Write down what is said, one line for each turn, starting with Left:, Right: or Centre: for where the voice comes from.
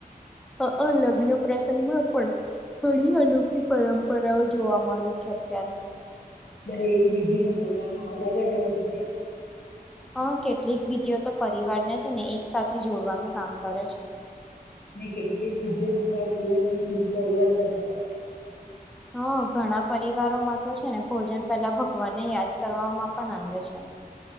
Centre: અ અ લગ્ન પ્રસંગમાં પણ ઘણી અનોખી પરંપરાઓ જોવા મળે છે, અત્યારે
Left: દરેક વિધિનો પોતાનો અલગ જર્ થાય છે.
Centre: હા, કેટલીક વિધિઓ તો પરિવારને છે ને એક સાથે જોડવાનું કામ કરે છે.
Left: અને કેટલીક બીજો નવા જીવનની ખુબ શરૂઆત દર્શાવે,
Centre: હા ઘણા પરિવારોમાં તો છે ને ભોજન પેલા ભગવાનને યાદ કરવામાં પણ આવે છે,